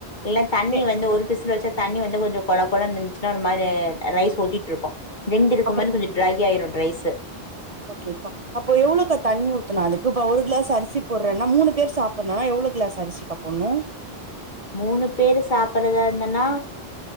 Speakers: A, on the left; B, on the right.
A: இல்ல தண்ணி
B: சே
A: வந்து ஒரு வச்சா தண்ணி வந்து கொஞ்ச கொழ கொழன்னு இருந்துச்சுன்னா ஒரு மாரி ரைஸ் ஒட்டிட்டு இருக்கும் ரெண்டு இருக்கும்
B: அப்புற
A: மாரி கொஞ்ச ட்ரை ஆயிடும் ரைஸு
B: ஓகேப்பா அப்போ எவ்வளவுா தண்ணி ஊத்தனும் அதுக்கு இப்ப ஒரு களாஸ் அரிசி போடுறன்னா மூணு பேர் சாப்பணு எவ்ள கிளாஸ் அரிசிக்கா போட்ணு
A: மூணு பேரு சாப்பறதா இருந்தனா